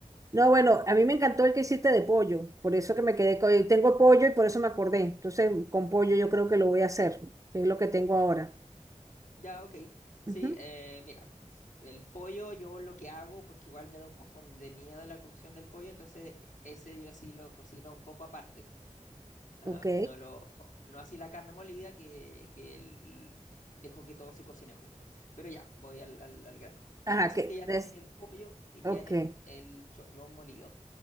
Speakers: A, on the right; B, on the left.
A: No, bueno, a mí me encantó el que hiciste de pollo, por eso que me quedé con... Tengo pollo y por eso me acordé. Entonces, con pollo yo creo que lo voy a hacer, es lo que tengo ahora.
B: Ya, ok. Sí,
A: Ujú,
B: eh, mira, el pollo yo lo que hago, porque igual me da un poco de miedo la cocción del pollo, entonces ese yo sí lo cocino un poco aparte. Ajá.
A: Ok.
B: No lo, no así la carne molida que, que el- dejo que todo se cocine junto. Pero ya, voy al, al- al grano.
A: Ajá,
B: La cosa
A: que
B: es que ya
A: es...
B: tienes el pollo y tienes
A: Ok.
B: el choclo molido.